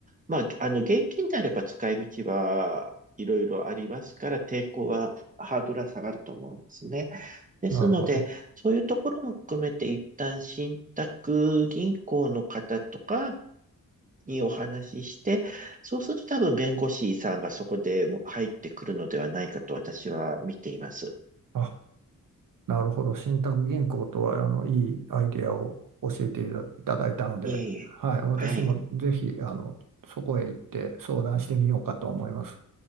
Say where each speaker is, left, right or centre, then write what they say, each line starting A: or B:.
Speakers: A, on the right; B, on the right.
A: まあ、あの、現金であれば使い道はいろいろありますから、抵抗は、ハードルは下がると思うんですね。ですので、
B: なるほど。
A: そういうところも含めて、一旦信託銀行の方とかにお話しして、そうすると多分弁護士さんがそこでも入ってくるのではないかと私は見ています。
B: あなるほど。信託銀行とは、あの、いいアイデアを教えていただいたので、
A: いえいえ。
B: はい。私もぜひ、
A: はい。
B: あの、そこへ行って相談してみようかと思います。